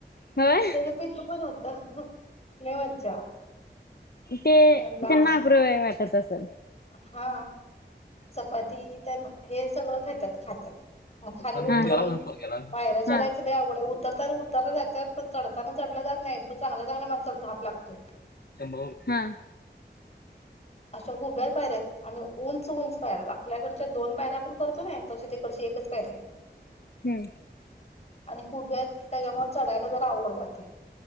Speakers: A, on the left; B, on the left.
A: होय
B: त्याच पिल्लू पण होतं. लई मज्जा.
A: ते,
B: म्हणला
A: त्यांना आप्रुबाई वाटत असल
B: हा. चपाती तन हे सगळं घेत्यात खात्यात, मग खाली
A: हा
B: उतरून पायऱ्या चढायचं
A: हा
B: लय अवघड हाय, उतरताना उतरलं जात्यात, पण चढताना चढल्या जात नाहीत. चांगल्या चांगल्या माणसाला धाप लागतय.
A: सेंभलव हां.
B: असं हुब्या पायऱ्या हायत, आणि उंच उंच पायऱ्या हैत, आपल्याकडच्या दोन पायऱ्या आपण करतो नाय तशी तिकडची एकच पायरी हाय.
A: हम्म.
B: आणि हुब्यात त्याज्यामुळं चढायला जरा आवघड जातय.